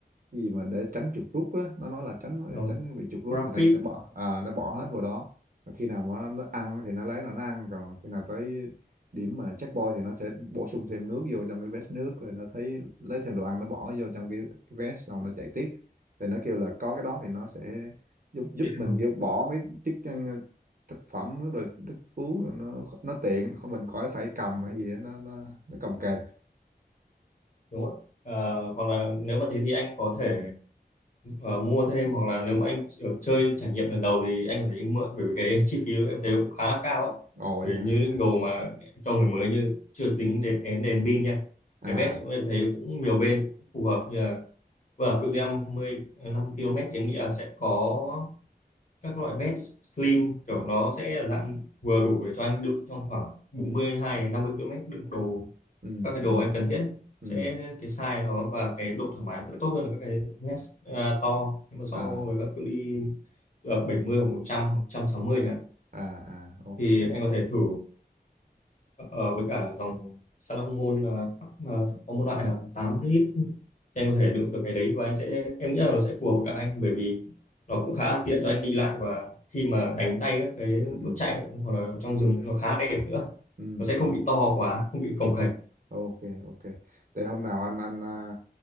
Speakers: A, on the right; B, on the left.
A: cái gì mà để tránh chuột rút á nó nói là tránh
B: đúng rồi
A: tránh bị chuột rút
B: GrabFit
A: thì nó sẽ bỏ à, nó bỏ hết vào đó Và khi nào mà nó ăn thì nó lấy là nó ăn còn khi nào tới điểm mà checkpoint thì nó sẽ bổ sung thêm nước vô trong cái vest nước rồi nó thấy lấy thêm đồ ăn nó bỏ vô trong cái, cái vest xong nó chạy tiếp thì nó kêu là có cái đó thì nó sẽ giúp giúp
B: thì-
A: mình
B: đúng
A: kiểu bỏ mấy chức năng thực phẩm rồi thức uống rồi nó nó tiện không mình khỏi phải cầm hay gì đó, nó nó nó cầm kềnh
B: đúng rồi Ờ, hoặc là nếu mà thế thì anh có thể ờ, mua thêm hoặc là nếu mà anh chỉ- chơi trải nghiệm lần đầu thì anh có thể mượn bởi vì cái <laughs> chi phí em thấy cũng khá là cao á
A: ồ
B: vì
A: dạ
B: như những đồ mà cho người mới như chưa tính đến đến đèn pin nha
A: à
B: cái vest cũng em thấy cũng nhiều bên cũng phù hợp như là vừa cự ly 50 5 km thì em nghĩ là sẽ có các loại vest slim kiểu nó sẽ là dạng vừa đủ để cho anh đựng trong khoảng 42 đến 50 km đựng đồ
A: ừ
B: các cái
A: ừ
B: đồ anh cần thiết ấy.
A: ừ
B: sẽ cái size nó và cái độ thoải mái sẽ tốt hơn là các cái vest à, to nhưng mà so
A: à
B: với các cự ly là 70 hoặc 100 hoặc 160 chẳng hạn
A: à à ok
B: thì anh có thể thử Ờ, với cả dòng Salomon ờ, thấp, ờ, có một loại là 8 lít thì anh có thể đựng được cái đấy và anh sẽ em nghĩ là nó sẽ phù hợp với cả anh bởi vì nó cũng khá tiện cho anh đi lại và khi mà đánh tay các cái
A: ừ
B: bước chạy hoặc là trong rừng nó khá đẹp nữa
A: ừ
B: nó sẽ
A: ừ
B: không bị to quá không bị cồng kềnh
A: ok ok để hôm nào anh anh à,